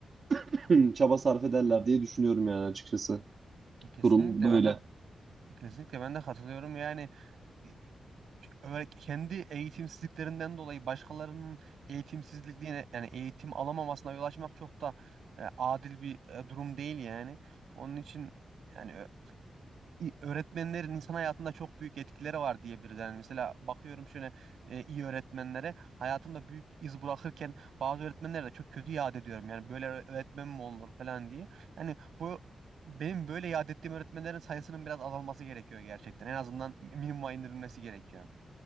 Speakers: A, on the right; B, on the right.
A: <clears throat> çaba sarf ederler diye düşünüyorum yani açıkçası.
B: E, Kesinlikle
A: Durum böyle.
B: ben de kesinlikle ben de katılıyorum. Yani e, öyle kendi eğitimsizliklerinden dolayı başkalarının eğitimsizliğine yani eğitim alamamasına yol açmak çok da e, adil bir e, durum değil yani. Onun için yani i- öğretmenlerin insan hayatında çok büyük etkileri var diyebiliriz. Yani mesela bakıyorum şöyle e, iyi öğretmenlere hayatımda büyük iz bırakırken bazı öğretmenlere de çok kötü yad ediyorum. Yani böyle öğ- öğretmen mi olur falan diye. Yani bu benim böyle yad ettiğim öğretmenlerin sayısının biraz azalması gerekiyor gerçekten. En azından minimuma indirilmesi gerekiyor.